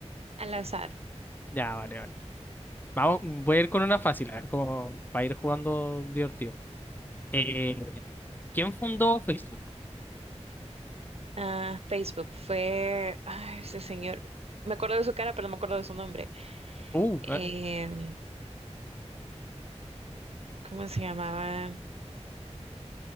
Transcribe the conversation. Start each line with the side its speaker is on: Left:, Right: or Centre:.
Right: Al azar.
Left: Ya, vale, vale. Vamos, voy a ir con una fácil, a ver cómo va a ir jugando divertido. Eh, ¿quién fundó Facebook?
Right: Ah, Facebook fue, ay, ese señor, me acuerdo de su cara, pero no me acuerdo de su nombre.
Left: Uh,
Right: Em,
Left: eh,
Right: ¿cómo se llamaba?